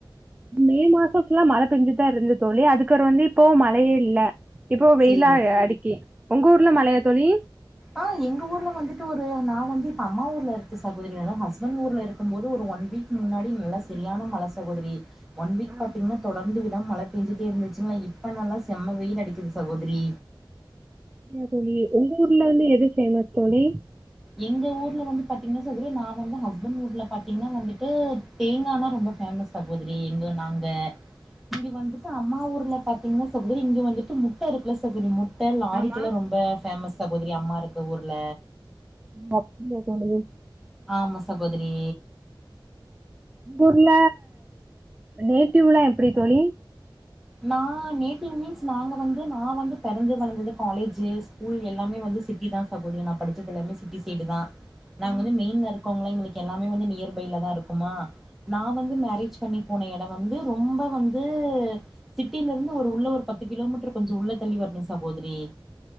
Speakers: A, on the right (about 15°); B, in the centre.
A: மே மாசோ ஃபுல்லா மழ பேஞ்சுட் தா இருந்துத் தோழி அதுக்கற வந்து இப்போ மழயே இல்ல இப்போ வெயிலா
B: சேரி
A: அ அடிக்கி உங்க ஊர்ல மலையா தோழி
B: ஆஹ் எங்க ஊர்ல வந்துட்டு ஒரு நா வந்து இப்ப அம்மா ஊர்ல இருக்க சகோதரி ஆனா ஹஸ்பண்ட் ஊர்ல இருக்கும் போது ஒரு ஒன் வீக் முன்னாடி நல்ல சரியான மல சகோதரி ஒன் வீக்
A: ஆ
B: பாத்தீங்கன்னா தொடர்ந்து வி டாம மழ பெஞ்சுட்டே இருந்துச்சிங்குலா இப்ப நல்லா செம்ம வெயில் அடிக்குது சகோதரி
A: அப்டியா தோழி உங்க ஊர்ல வந்து எது பேமஸ் தோழி
B: எங்க ஊர்ல வந்து பாத்தீங்கன்னா சகோதரி நா வந்து ஹஸ்பண்ட் ஊர்ல பாத்தீங்கன்னா வந்துட்டு, தேங்கானா ரொம்ப பேமஸ் சகோதரி எங்க நாங்க இங்க வந்துட்டு அம்மா ஊர்ல பாத்தீங்கன்னா சகோதரி இங்க வந்துட்டு முட்டை இருக்கல சகோதரி முட் ட்ட லாரிக்கெல்லா
A: ஆமா
B: ரொம்ப பேமஸ் சகோதரி அம்மா இருக்கு ஊர்ல
A: <unintelligible>
B: ஆமா சகோதிரி
A: உங்க ஊர்ல நேட்டிவ்லா எப்டி தோழி
B: நா நேட்டிவ் மீன்ஸ் நாங்க வந்து நா வந்து பெறந்து வளந்தது காலேஜு ஸ்கூல் எல்லாமே வந்து சிட்டி தான் சகோதரி நான் படிச்சது எல்லாமே சிட்டி சைடு தான் நாங்க
A: ஆ
B: வந்து மெயின்ல இருக் இருக்கோம்ல எங்ளுக்கு எல்லாமே வந்து நியர்பைல தான இருக்குமா நா
A: ஆ
B: வந்து மேரேஜ் பண்ணி போன இடம் வந்து ரொம்ப வந்து சிட்டில இருந்து ஒரு உள்ள ஒரு பத்து கிலோமீட்டர் கொஞ்சோ உள்ள தள்ளி வரணு சகோதரி